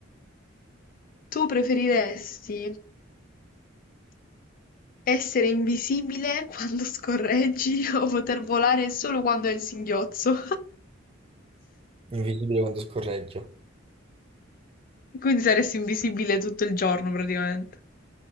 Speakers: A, on the left; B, on the right.
A: Tu preferiresti Essere invisibile quando scorreggi <laughs> o poter volare solo quando hai il singhiozzo.
B: Invisibile quando scorreggio.
A: <laughs> Quindi saresti invisibile tutto il giorno praticamente.